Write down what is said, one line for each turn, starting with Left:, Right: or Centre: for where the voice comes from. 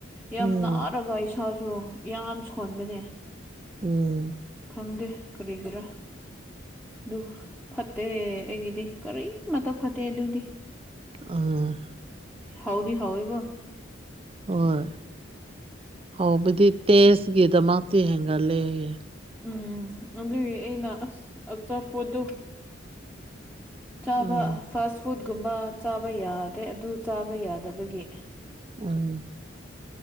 Centre: ꯌꯥꯝ
Right: ꯎꯝ
Centre: ꯅꯥꯔꯒ ꯏꯁꯥ ꯑꯗꯣ ꯌꯥꯝ ꯁꯣꯟꯕꯅꯦ
Right: ꯎꯝ
Centre: ꯈꯪꯗꯦ ꯀꯔꯤꯒꯤꯔꯥ ꯑꯗꯨ ꯐꯠꯇꯦ ꯑꯩꯒꯤꯗꯤ ꯀꯔꯤꯃꯠꯇ ꯐꯠꯇꯦ ꯑꯗꯨꯗꯤ
Right: ꯑ
Centre: ꯍꯥꯎꯗꯤ ꯍꯧꯏꯀꯣ
Right: ꯍꯣꯏ ꯍꯧꯕꯗꯤ ꯇꯦꯖꯀꯤꯗꯃꯛꯇꯤ ꯍꯦꯟꯒꯠꯂꯦꯌꯦ
Centre: ꯎꯝ ꯑꯗꯨꯒꯤ ꯑꯩꯅ ꯑꯁ ꯑꯆꯥꯄꯣꯠꯇꯨ ꯆꯥꯕ
Right: ꯎꯝ
Centre: ꯐꯥꯁ ꯐꯨꯗꯀꯨꯝꯕ ꯆꯥꯕ ꯌꯥꯗ꯭ꯔꯦ ꯑꯗꯨ ꯆꯥꯕ ꯌꯥꯗꯕꯒꯤ
Right: ꯎꯝ